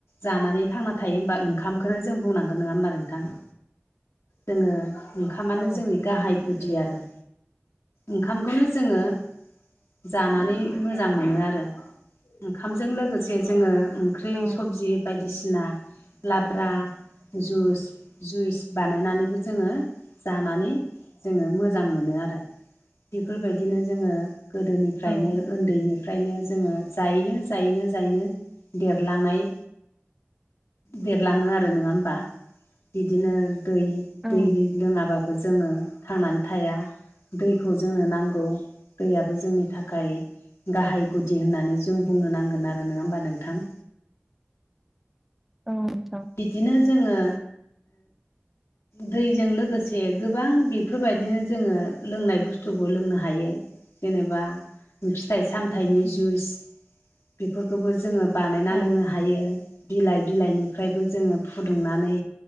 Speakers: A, on the left; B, in the centre.
A: जानानै थांना थायो होमबा ओंखामखौो जों बुंनांगोन नङा होमबा नोंथां। जोङो ओंखामानो
B: औ
A: जोंनि गाहाय गुदि आरो। ओंखामखौनो जोङोओ जानानै मोजां मोनो आरो ओंखामजों लोगोसे जोङो। ओंख्रि
B: औ
A: सबजि बायदिसिना लाब्रा जइस जुइसो बानायनानैबो जोङो जानानै जोङो मोजां मोनो आरो। बेफोरबायदिनो जोङो गोदोनिफ्रायनो
B: औ
A: ओनो उन्दैनिफ्रायनो जोङो जायैनो जायैनो जायैनो देरलांनाय। बेरलाङो आरो नङा होमबा बिदिनो दै
B: औ
A: दै। लोङाबाबो जोङो थांनानै थाया। दैखौ जोंनो नांगौ दैयाबो जोंनि थाखाय। गाहाय गुदि होननानै जों बुंनो नांगोन आरो नङा होमबा नोंथां।
B: औ नोथां।
A: बिदिनो जोङो दैजों लोगोसे गोबां बेफोरबादिनो जोङो लोंनाय बुस्थुबो लोंनो हायो जेनेबा फिथाइ सामथाइनि
B: उम,
A: जुइस बेफोरखौबो जोङो। बानायना
B: औ
A: लोंनो हायो बिलाइ बिलाइनिफ्रायबो जोङो फुदुंनानै।